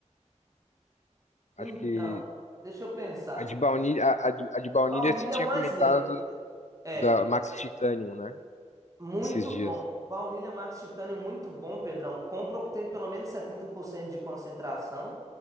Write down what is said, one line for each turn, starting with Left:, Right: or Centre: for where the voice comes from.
Right: então,
Left: Acho que
Right: deixa eu pensar.
Left: a de baunilha, a, a de a de baunilha
Right: Baunilha
Left: você tinha
Right: é o mais
Left: comentado
Right: neutro. É.
Left: da Max Titanium, né?
Right: Muito
Left: Esses dias.
Right: bom. Baunilha Max Titânio, muito bom, Pedrão. Compra o que tem pelo menos 70% de concentração.